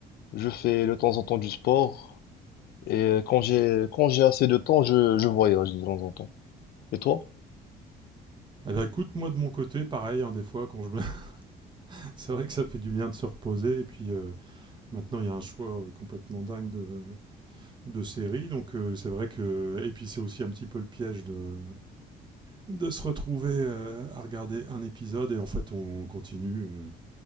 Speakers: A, on the left (about 65°); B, on the right (about 25°).
A: Je fais de temps en temps du sport et euh, quand j'ai, quand j'ai assez de temps, je, je voyage de temps en temps. Et toi?
B: Eh ben, écoute, moi, de mon côté, pareil, hein, des fois, quand je me... <laughs> c'est vrai que ça fait du bien de se reposer. Et puis, euh, maintenant, il y a un choix euh, complètement dingue de, de séries. Donc, euh, c'est vrai que. Et puis, c'est aussi un petit peu le piège de, de se retrouver euh, à regarder un épisode. Et en fait, on continue. euh,